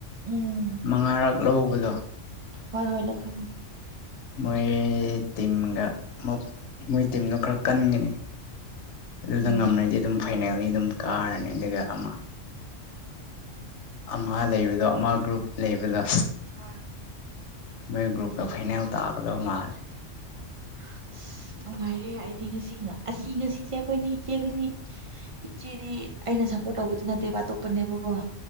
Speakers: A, on the right (about 45°); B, on the left (about 70°).
A: ꯎꯝ
B: ꯃꯉꯥꯔꯛ ꯂꯧꯕꯗꯣ
A: ꯍꯣꯏ ꯍꯣꯏ ꯂꯈꯃꯤꯃꯤ
B: ꯃꯣꯏ ꯇꯤꯝꯒ ꯑꯃꯨꯛ ꯃꯣꯏ ꯇꯤꯝꯗꯣ ꯈꯔ ꯀꯟꯒꯅꯤ ꯑꯗꯨꯗ
A: ꯎꯝ
B: ꯉꯝꯃꯗꯤ ꯑꯗꯨꯝ ꯐꯥꯏꯅꯦꯜꯂꯤ ꯑꯗꯨꯝ ꯀꯥꯔꯅꯤ ꯑꯗꯨꯒ ꯑꯃ ꯑꯃ ꯂꯩꯕꯗꯣ ꯑꯃ ꯒ꯭ꯔꯨꯞ ꯂꯩꯕꯗꯣ
A: ꯍꯣꯏ
B: ꯃꯣꯏ ꯒ꯭ꯔꯨꯨꯞꯀ ꯐꯥꯏꯅꯦꯜ ꯇ ꯀꯗ ꯃꯥꯜ
A: ꯑꯁ ꯅꯨꯡꯉꯥꯏꯔꯦ ꯑꯩꯗꯤ ꯉꯁꯤ ꯉ ꯑꯁꯤ ꯉꯁꯤꯁꯦ ꯑꯩꯈꯣꯏꯅꯤ ꯏꯆꯦ ꯑꯩꯈꯣꯏꯅꯤ ꯏꯆꯦꯗꯤ ꯑꯩꯅ ꯁꯞꯄꯣꯔꯠ ꯇꯧꯕꯗꯨ ꯅꯠꯇꯦꯕ ꯑꯇꯣꯞꯄꯅꯦꯕꯀꯣ